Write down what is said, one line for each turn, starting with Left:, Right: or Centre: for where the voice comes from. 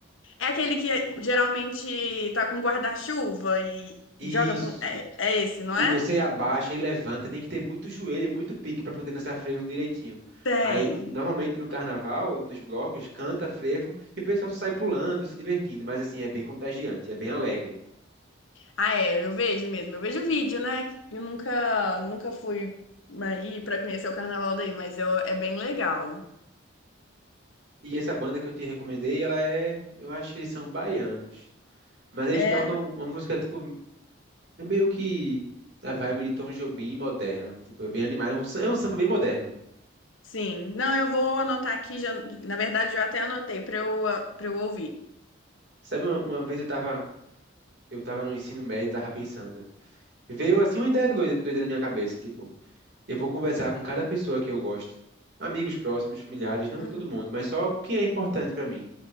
Left: É aquele que geralmente tá com guarda-chuva e
Right: Isso.
Left: e joga com. É, é esse, não
Right: E
Left: é?
Right: você abaixa e levanta, tem que ter muito joelho e muito pique para poder dançar frevo direitinho.
Left: Tem.
Right: Aí, normalmente no carnaval, nos blocos, canta frevo e o pessoal só sai pulando, se divertindo, mas assim, é bem contagiante, é bem alegre.
Left: Ah, é, eu vejo mesmo. Eu vejo vídeo, né? Eu nunca, nunca fui aí pra conhecer o carnaval daí, mas eu, é bem legal.
Right: E essa banda que eu te recomendei, ela é, eu acho que eles são baianos, mas eles
Left: É,
Right: tocam uma música tipo É meio que a vibe de Tom Jobim moderna. Tipo, é bem animado. É um sam- é um samba bem moderno.
Left: sim. Não, eu vou anotar aqui já. Na verdade, eu até anotei pra eu, ah, pra eu ouvir.
Right: Sabe, uma, uma vez eu tava, eu tava no ensino médio e tava pensando. Veio assim uma ideia doida, doida na minha cabeça. Tipo, eu vou conversar com cada pessoa que eu gosto. Amigos próximos, familiares, não
Left: Uhum.
Right: todo mundo, mas só quem é importante pra mim.